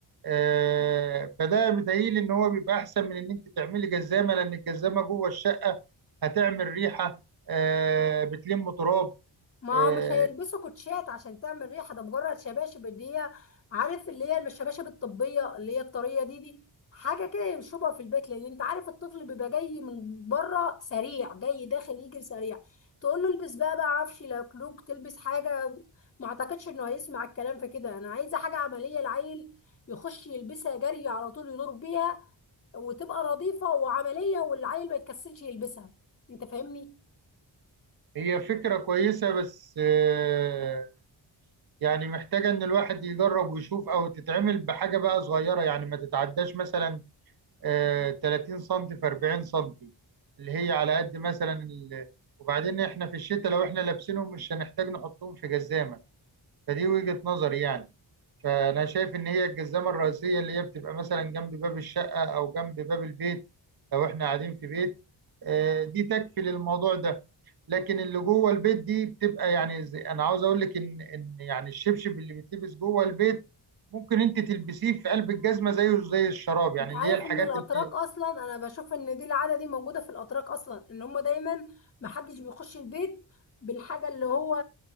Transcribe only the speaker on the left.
ما
هو مش هيلبسوا كوتشات عشان تعمل ريحه ده مجرد شباشب اللي هي عارف اللي هي الشباشب الطبيه اللي هي الطريه دي دي حاجه كده يشربها في البيت لان انت عارف الطفل بيبقى جاي من بره سريع جاي داخل يجري سريع تقول له البس بقى بقى عفش لكلوك تلبس حاجه ما اعتقدش انه هيسمع الكلام في كده انا عايزه حاجه عمليه العيل يخش يلبسها جري على طول يدور بيها وتبقى نظيفه وعمليه والعيل ما يتكسلش يلبسها انت فاهمني
انت عارف
ان الاتراك
اصلا انا بشوف ان دي العاده دي موجوده في الاتراك اصلا ان هم دايما ما حدش بيخش البيت بالحاجه اللي هو